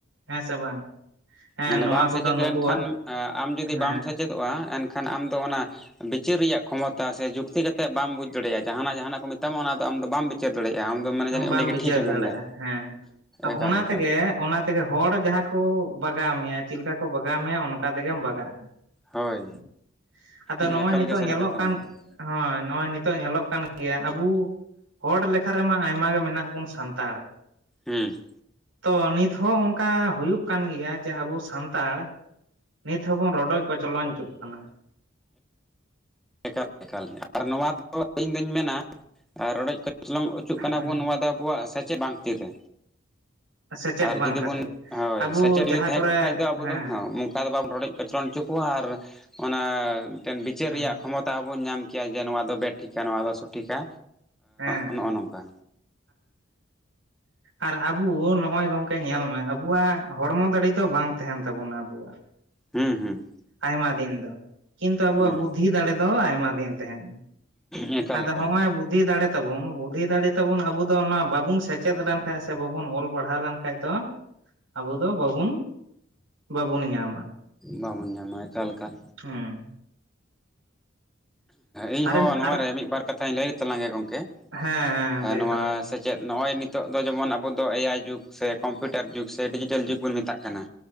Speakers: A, on the right; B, in the centre.
A: ᱦᱮᱸ ᱥᱮ ᱵᱟᱝ ᱦᱮᱸ
B: ᱢᱟᱱᱮ
A: ᱱᱚᱣᱟ
B: ᱵᱟᱢ
A: ᱠᱚᱫᱚ
B: ᱥᱮᱪᱮᱫ
A: ᱱᱩᱠᱩᱣᱟᱜ
B: ᱞᱮᱱᱠᱷᱟᱱ ᱮᱸ ᱟᱢ ᱡᱩᱫᱤ
A: ᱦᱮᱸ
B: ᱵᱟᱢ ᱥᱮᱪᱮᱫᱚᱜᱼᱟ ᱮᱱᱠᱷᱟᱱ ᱟᱢ ᱫᱚ ᱚᱱᱟ᱾ ᱵᱤᱪᱟᱹᱨ ᱨᱮᱭᱟᱜ ᱠᱷᱚᱢᱚᱛᱟ ᱥᱮ ᱡᱩᱠᱛᱤ ᱠᱟᱛᱮᱫ ᱵᱟᱢ ᱵᱩᱡᱽ ᱫᱟᱲᱮᱭᱟᱜᱼᱟ ᱡᱟᱦᱟᱸᱱᱟᱜ ᱡᱟᱦᱟᱸᱱᱟᱜ ᱠᱚ ᱢᱮᱛᱟᱢᱟ ᱚᱱᱟ ᱫᱚ ᱟᱢ ᱫᱚ ᱵᱟᱢ ᱵᱤᱪᱟᱹᱨ ᱫᱟᱲᱮᱭᱟᱜᱼᱟ ᱟᱢ ᱫᱚᱢ ᱢᱮᱱᱟ
A: ᱵᱟᱢ
B: ᱡᱟᱹᱱᱤᱡ ᱩᱱᱤ ᱜᱮ
A: ᱵᱤᱪᱟᱹᱨ
B: ᱴᱷᱤᱠᱮ
A: ᱫᱟᱲᱮᱜᱼᱟ
B: ᱢᱮᱱᱫᱟ
A: ᱦᱮᱸ
B: ᱮᱠᱟᱞ
A: ᱚᱱᱟ
B: ᱮᱠᱟᱞ
A: ᱛᱮ ᱜᱮ ᱚᱱᱟ ᱛᱮᱜᱮ ᱦᱚᱲ ᱡᱟᱦᱟᱸ ᱠᱚ ᱵᱟᱜᱟᱣ ᱢᱮᱭᱟ ᱪᱮᱫ ᱞᱮᱠᱟ ᱠᱚ ᱵᱟᱜᱟᱣ ᱢᱮᱭᱟ ᱚᱱᱠᱟ ᱛᱮᱜᱮᱢ ᱵᱟᱜᱼᱟ
B: ᱦᱳᱭ
A: ᱾ ᱟᱫᱚ ᱱᱚᱜᱼᱚᱭ
B: ᱮᱠᱟᱞ
A: ᱱᱤᱛᱚᱜ
B: ᱜᱮ ᱥᱟᱹᱨᱤ
A: ᱧᱮᱞᱚᱜ
B: ᱠᱟᱛᱷᱟᱢ
A: ᱠᱟᱱ
B: ᱞᱟᱹᱭ ᱠᱮᱫᱟ
A: ᱦᱳᱭ ᱱᱚᱜᱼᱚᱭ ᱱᱤᱛᱚᱜ ᱧᱮᱞᱚᱜ ᱠᱟᱱ ᱜᱮᱭᱟ ᱟᱵᱩ ᱦᱚᱲ ᱞᱮᱠᱷᱟ ᱨᱮᱢᱟ᱾ ᱟᱭᱢᱟ ᱜᱮ ᱢᱮᱱᱟᱜ ᱵᱚᱱ ᱥᱟᱱᱛᱟᱲ ᱾
B: ᱦᱩᱸ
A: ᱛᱚ ᱱᱤᱛ ᱦᱚᱸ ᱚᱱᱠᱟ ᱦᱩᱭᱩᱜ ᱠᱟᱱ ᱜᱮᱭᱟ ᱡᱮ ᱟᱵᱚ ᱥᱟᱱᱛᱟᱲ ᱱᱤᱛ ᱦᱚᱸᱵᱚᱱ ᱨᱚᱰᱚᱡ ᱠᱚᱪᱞᱚᱱᱪᱚᱜ ᱠᱟᱱᱟ ᱾
B: ᱮᱠᱟᱞ ᱮᱠᱟᱞ ᱟᱨ ᱱᱚᱣᱟ ᱫᱚ ᱤᱧ ᱫᱩᱧ ᱢᱮᱱᱟ ᱨᱚᱰᱚᱡ ᱠᱚᱪᱚᱞᱚᱢ ᱚᱪᱚᱜ
A: ᱦᱮᱸ
B: ᱠᱟᱱᱟ ᱵᱚᱱ ᱱᱚᱣᱟ ᱫᱚ ᱟᱵᱚ ᱟᱵᱚᱣᱟᱜ ᱥᱮᱪᱮᱫ ᱵᱟᱝ ᱛᱤᱨᱮ
A: ᱥᱮᱪᱮᱫ
B: ᱟᱨ
A: ᱵᱟᱝ
B: ᱡᱩᱫᱤ
A: ᱠᱷᱟᱹᱛᱤᱨ
B: ᱵᱚᱱ ᱦᱳᱭ
A: ᱟᱵᱚ
B: ᱥᱮᱪᱮᱫ ᱡᱩᱫᱤ
A: ᱡᱟᱦᱟᱸ
B: ᱛᱟᱦᱮᱸ
A: ᱠᱚᱨᱮ
B: ᱠᱚᱜ ᱠᱷᱟᱡ ᱫᱚ ᱟᱵᱚ
A: ᱦᱮᱸ
B: ᱫᱚ ᱚᱝᱠᱟ ᱫᱚ ᱵᱟᱢ ᱨᱚᱰᱚᱡ ᱠᱚᱪᱞᱚᱱ ᱚᱪᱚ ᱠᱚᱣᱟ ᱟᱨ ᱚᱱᱟ ᱢᱤᱫᱴᱮᱱ ᱵᱤᱪᱟᱹᱨ
A: ᱦᱮᱸ
B: ᱨᱮᱭᱟᱜ ᱠᱷᱚᱢᱚᱛᱟ ᱵᱚᱱ ᱧᱟᱢ ᱠᱮᱭᱟ ᱡᱮ ᱱᱚᱣᱟ ᱫᱚ ᱵᱟᱸ ᱴᱷᱤᱠᱟ ᱱᱚᱣᱟ ᱫᱚ ᱥᱚᱴᱷᱤᱠᱟ
A: ᱦᱮᱸ
B: ᱮᱸ ᱱᱚᱜᱼᱚᱭ ᱱᱚᱝᱠᱟ᱾
A: ᱟᱨ ᱟᱵᱩ ᱱᱚᱜᱼᱚᱭ ᱜᱚᱝᱠᱮ ᱯᱮ ᱧᱮᱞ ᱢᱮ ᱟᱵᱚᱣᱟᱜ ᱦᱚᱲᱢᱚ ᱫᱟᱲᱮ ᱫᱚ ᱵᱟᱝ ᱛᱟᱦᱮᱱ ᱛᱟᱵᱚᱱᱟ ᱟᱵᱚᱣᱟᱜ
B: ᱦᱮᱸ ᱦᱩᱸ
A: ᱟᱭᱢᱟ ᱫᱤᱱ ᱫᱚ᱾ ᱠᱤᱱᱛᱩ ᱟᱵᱚᱣᱟᱜ
B: ᱦᱩᱸ
A: ᱵᱩᱫᱽᱫᱷᱤ ᱫᱟᱲᱮ ᱫᱚ ᱟᱭᱢᱟ ᱫᱤᱱ ᱛᱟᱦᱮᱱ
B: ᱮᱠᱟᱞ
A: ᱟᱫᱚ
B: ᱮᱠᱟᱞ
A: ᱦᱚᱸᱜᱼᱚᱭ ᱵᱩᱫᱽᱫᱷᱤ ᱫᱟᱲᱮ ᱛᱟᱵᱚᱱ ᱵᱩᱫᱽᱫᱷᱤ ᱫᱟᱲᱮ ᱛᱟᱵᱚᱱ ᱟᱵᱩ ᱫᱚ ᱚᱱᱟ ᱵᱟᱵᱚᱱ ᱥᱮᱪᱮᱫ ᱞᱮᱱᱠᱷᱟᱡ ᱥᱮ ᱵᱟᱵᱚᱱ ᱚᱞ ᱯᱟᱲᱦᱟᱣ ᱞᱮᱱᱠᱷᱟᱡ ᱫᱚ ᱟᱵᱚ ᱫᱚ ᱵᱟᱵᱩᱱ ᱵᱟᱵᱚᱱ ᱧᱟᱢᱟ᱾
B: ᱵᱟᱵᱚᱱ ᱧᱟᱢᱟ ᱮᱠᱟᱞ ᱮᱠᱟᱞ
A: ᱦᱩᱸ
B: ᱤᱧ
A: ᱟᱨ
B: ᱦᱚᱸ ᱱᱚᱣᱟᱨᱮ
A: ᱟᱨ
B: ᱢᱤᱫ ᱵᱟᱨ ᱠᱟᱛᱷᱟᱧ ᱞᱟᱹᱭ ᱛᱟᱞᱟᱝ ᱜᱮᱭᱟ ᱜᱚᱢᱠᱮ
A: ᱦᱮᱸ ᱦᱮᱸ
B: ᱮᱸ
A: ᱞᱟᱹᱭ
B: ᱱᱚᱣᱟ
A: ᱛᱟᱞᱟᱝ ᱢᱮ
B: ᱥᱮ ᱪᱮᱫ ᱱᱚᱜᱼᱚᱭ ᱱᱤᱛᱚᱜ ᱫᱚ ᱡᱮᱢᱚᱱ ᱟᱵᱚ ᱫᱚ ᱮ ᱟᱭ ᱡᱩᱜᱽ ᱥᱮ ᱠᱚᱢᱯᱤᱭᱩᱴᱟᱨ ᱡᱩᱜᱽ ᱥᱮ ᱰᱤᱡᱤᱴᱮᱞ ᱡᱩᱜᱽ ᱵᱚᱱ ᱢᱮᱛᱟᱜ ᱠᱟᱱᱟ᱾